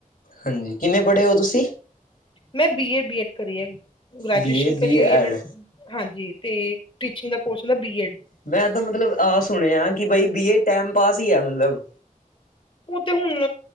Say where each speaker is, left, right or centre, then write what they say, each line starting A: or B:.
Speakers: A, on the left; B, on the left.
A: ਹਾਂਜੀ, ਕਿੰਨੇ ਪੜ੍ਹੇ ਓ ਤੁਸੀ?
B: ਮੈਂ ਬੀ -ਏ, ਬੀ-ਐਡ ਕਰੀ ਐ, ਗ੍ਰੈਜੂਏਸ਼ਨ
A: ਬੀ ਏ ਬੀ
B: ਕਰੀ ਹੋਈ
A: ਐਡ
B: ਐ ਮੈਂ। ਹਾਂਜੀ ਤੇ, ਟੀਚਿੰਗ ਦਾ ਕੋਰਸ ਹੁੰਦਾ ਬੀ-ਐਡ।
A: ਮੈਂ ਤਾਂ, ਮਤਲਬ ਆਹ ਸੁਣੇਆ ਕਿ, ਬਈ ਬੀ -ਏ, ਟੈਮ ਪਾਸ ਈ ਆ ਮਤਲਬ।
B: ਓ ਤੇ ਹੁਣ